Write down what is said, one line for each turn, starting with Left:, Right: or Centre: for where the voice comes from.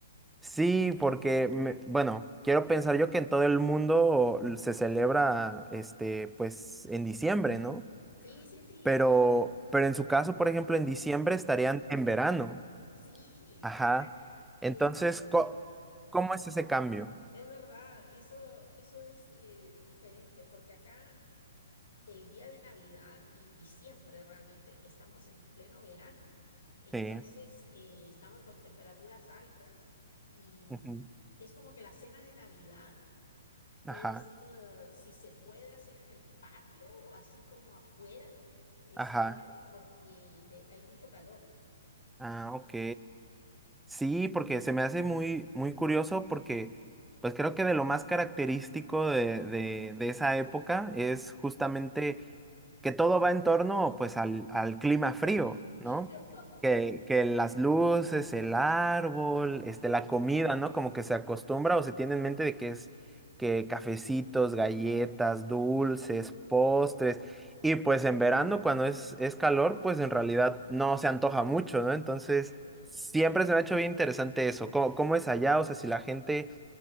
Centre: sí, porque, me- bueno, quiero pensar yo que en todo el mundo se celebra, este, pues, en diciembre, ¿no?
Left: Sí, sí, sí,
Centre: Pero,
Left: acá ¿no?
Centre: pero en su caso, por ejemplo, en diciembre estarían en verano.
Left: Sí,
Centre: Ajá.
Left: acá
Centre: Entonces,
Left: eh,
Centre: co- ¿cómo es ese cambio?
Left: es verdad, eso, eso es eh, diferente, porque acá el día de Navidad y diciembre realmente estamos en pleno verano. Entonces,
Centre: Sí.
Left: eh, estamos con temperaturas altas y mm,
Centre: ujú,
Left: es como que la cena de Navidad
Centre: Ajá.
Left: es, eh, si se puede hacer en el patio o así como afuera, es
Centre: Ajá.
Left: ideal porque te- hay mucho calor
Centre: Ah, ok. Sí, porque se me hace muy, muy curioso porque pues creo que de lo más característico de, de, de esa época es justamente
Left: y
Centre: que todo va en torno pues al, al clima
Left: a la
Centre: frío,
Left: nieve. <laughs>
Centre: ¿no?
Left: Claro.
Centre: Que, que las luces, el árbol,
Left: Sí,
Centre: este, la
Left: sí,
Centre: comida, ¿no? Como que se acostumbra o se tiene en mente de que es que cafecitos, galletas, dulces,
Left: ajá,
Centre: postres. Y pues en verano, cuando es, es calor, pues en realidad no se antoja mucho, ¿no? Entonces,
Left: correcto.
Centre: siempre se me ha hecho bien interesante eso. ¿Cómo, cómo es allá? O sea, si la gente